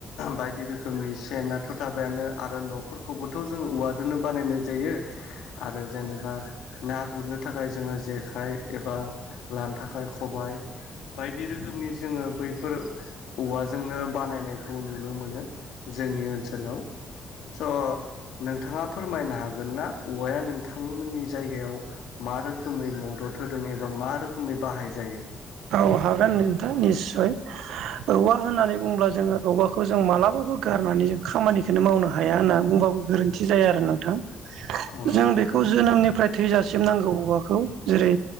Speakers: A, on the left; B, on the right.
A: बायदि रोखोमनि सेनाथ' थाबायानो आरो न'फोरखौबो थ' जोङो उवादोनो बानायनाय जायो आरो जेनेबा ना गुरनो थाखाय जोङो जेखाइ एबा लानो थाखाय खबाय बायदि रोखोमनि जोङो बैफोर औवाजोंनो बानायनायखौ नुनो मोन नो जोंनि ओनसोलाव स' नोंथाङा फोरमायनो हागोन ना औवाया नोंथांमोननि जायगायाव मा रोखोमै मदद होदों एबा मा रोखोमै बाहाय जायो?
B: औ हागोन नोंथां निस्सय औवा होननानै बुङोब्ला जोङो औवाखौ जों मालाबा बो गारनानै जों खामानिखोननो मावनो हाया होनना बुंबाबो गोरोन्थि जाया आरो नोंथां।
A: औ नंगौ
B: जों
A: नोंथां
B: बेखौ जोनोमनिफ्राय थैजासिम नांगौ उवाखौ जेरै